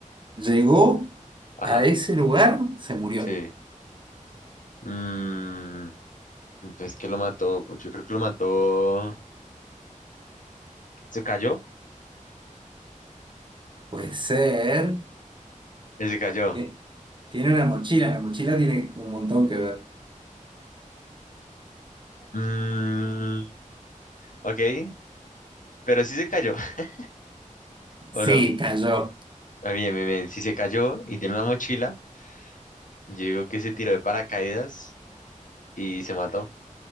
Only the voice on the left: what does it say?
ajá,
sí. Mm, entonces, ¿qué lo mató? Pues Yo creo que lo mató. ¿Se cayó?
Eh, Se cayó.
Mm, ok, pero sí se cayó, <laughs> ¿o
no?
Ah, bien, bien, bien. Si se cayó y tiene una mochila, yo digo que se tiró de paracaídas y se mató.